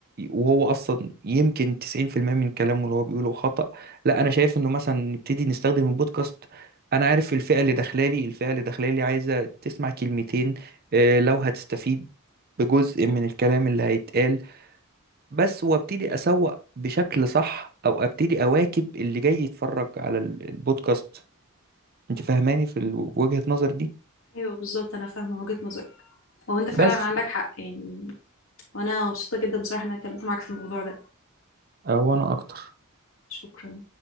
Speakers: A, on the right; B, on the left.
A: وهو اصلا يمكن 90% من كلامه اللي هو بيقوله خطأ لا انا شايف انه مثلا نبتدي نستخدم البودكاست انا عارف الفئه اللي داخلالي الفئه اللي داخلالي عايزه تسمع كلمتين آه، لو هتستفيد بجزء من الكلام اللي هيتقال بس وابتدي اسوق بشكل صح او ابتدي اواكب اللي جاي يتفرج على ال- البودكاست انت فاهماني في ال- وجهة نظر دي
B: ايوه بالظبط انا فاهمه وجهه نظرك هو انت فعلا
A: بس
B: عندك حق يعني وانا مبسوطه جدا بصراحه ان انا اتكلمت معاك في الموضوع ده
A: آه، وانا اكتر
B: شكرا